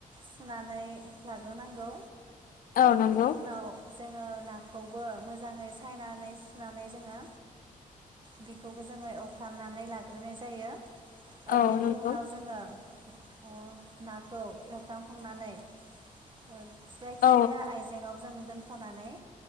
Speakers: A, on the right; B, on the left.
A: सुनानै लाग्रोनांगौ।
B: औ नंगौ
A: बेनि उनाव। जोङो नाखौबो मोजाङै सायना। नै सुनानै जोङो बेखौबो जोङो एवफ्रामनानै लाग्रोनाय जायो।
B: औ
A: बेनि
B: नंगौ
A: उनाव जोङो। अ ना। खौ एवफ्रामखांनानै। ओं। जायखिजाया
B: औ
A: आयजेंआव जों। दोनथनानै